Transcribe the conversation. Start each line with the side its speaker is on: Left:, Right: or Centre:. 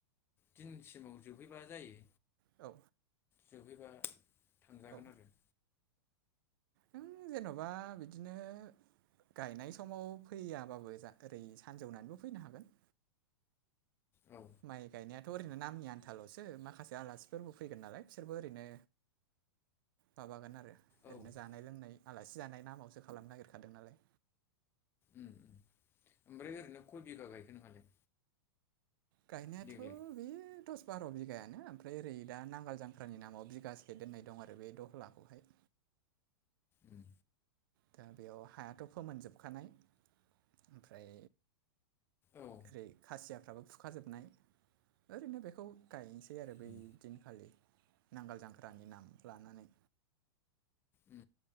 Left: दिन सिगांआव जोबहैबा जायो।
Right: औ।
Left: जोबहैबा थांजागोन
Right: औ
Left: आरो।
Right: औ जेन'बा बिदिनो गायनाय समाव फैयाबाबो जा ओरै सानजौनानैबो फैनो हागोन।
Left: औ
Right: माइ गायनायाथ' ओरैनो नामनि आनथाल'सो माखासे आलासिफोरबो फैगोन नालाय बिसोरबो ओरैनो माबागोन आरो ओरैनो
Left: औ उम
Right: जानाय लोंनाय आलासि जानाय नामावसो खालामनो नायगिर खादो नालाय
Left: अम ओमफ्राय ओरैनो कय बिगा गायखो नोंहालाय
Right: गायनायाथ'
Left: देग्लाय
Right: बे दस बार' बिगायानो ओमफ्राय ओरै दा नांगाल जांख्रानि नामाव बिगासे दोननाय दं आरो बे दखलाखौहाय
Left: अम
Right: दा बेयाव हायाथ' फोमोनजोबखानाय ओमफ्राय
Left: औ
Right: ओरै खासियाफ्राबो फुखाजोबनाय ओरैनो बेखौ गायनोसै आरो
Left: उम।
Right: बै दिनखालि नांगाल जांख्रानि नाम लानानै
Left: अम